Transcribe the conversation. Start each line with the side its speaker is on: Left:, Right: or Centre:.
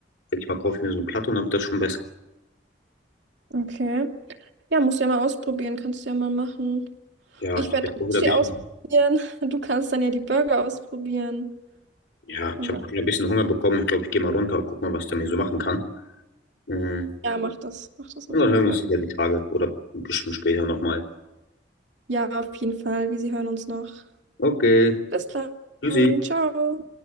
Left: denke ich mal, kaufe ich mir so eine Platte und dann wird das schon besser.
Right: Okay. Ja, musst ja mal ausprobieren, kannst ja mal machen.
Left: Ja,
Right: Ich
Left: ich
Right: werde
Left: bin
Right: das
Left: auch wieder
Right: Sushi
Left: ein bisschen.
Right: ausprobieren. <laughs> Du kannst dann ja die Burger ausprobieren.
Left: Ja,
Right: Und
Left: ich habe
Right: dann,
Left: ein bisschen Hunger bekommen. Ich glaube, ich gehe mal runter, guck mal, was der mir so machen kann. Mhm.
Right: ja, mach das. Mach das
Left: Und
Right: auf
Left: dann
Right: jeden
Left: hören
Right: Fall.
Left: wir uns wieder die Tage oder bestimmt später nochmal.
Right: Ja, auf jeden Fall. Wir hören uns noch.
Left: Okay,
Right: Bis dann.
Left: tschüssi.
Right: Ciao.